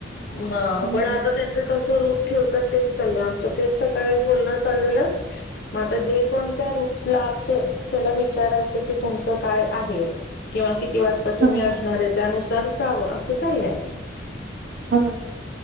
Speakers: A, on the left (about 55°); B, on the right (about 55°).
A: ह
B: हम्म
A: पण आता त्यांचं कस रूप ठेवतात ते चाललयं आमचं तेच सकाळी बोलणं चाललेलं मग आता जे कोण त्या रूट ला असेल त्याला विचारायचं की तुमचं काय आहे किंवा किती वाजता तुम्ही
B: हम्म
A: असणार आहे त्यानुसार जावं असं चाललंय.
B: का